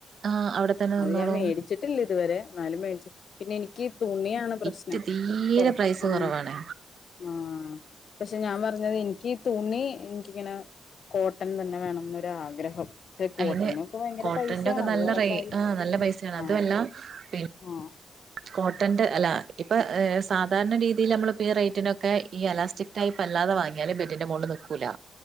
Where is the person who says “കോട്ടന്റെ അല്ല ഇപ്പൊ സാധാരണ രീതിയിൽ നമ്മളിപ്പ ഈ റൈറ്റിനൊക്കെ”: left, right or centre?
Right